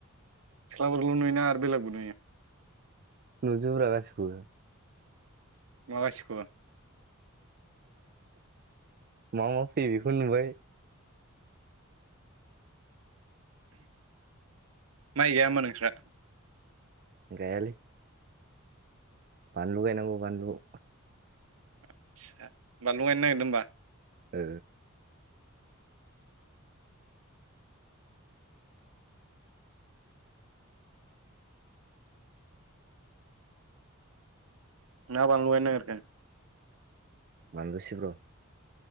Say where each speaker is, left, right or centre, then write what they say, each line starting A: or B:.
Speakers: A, on the right; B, on the right.
A: सिख्लाफोरखौल नुयोना आरो बेलगबो नुयो
B: नुजोब्रा गासिखौबो
A: मा गासिबखौबो
B: मा मा फैैयो बेखौनो नुबाय
A: माइ गायाहोमबा नोंस्रा
B: गायालै बानलु गायनांगौ बानलु
A: आदसा बानलु गायनो नागिरदों होमबा
B: ओ
A: ना बानलु गायनो नागिरखो
B: बानलु सिब्र